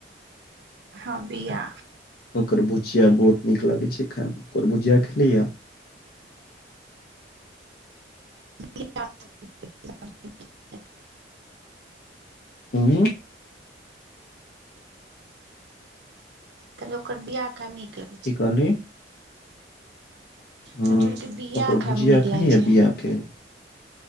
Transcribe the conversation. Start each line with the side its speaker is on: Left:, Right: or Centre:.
Right: हँ बिया।
Left: ओकर भुजिया बहुत नीक लागै छै खायमे ओकर भुजिया खेलिया?
Right: <unintelligible>
Left: हूँ।
Right: काइल ओकर बियाह खाब नीक रहै।
Left: की कहली? हूं
Right: चठहरके बीआ
Left: ओकर भुजिया
Right: खायमे नीक
Left: खेलियै
Right: लागै छै।
Left: बिया के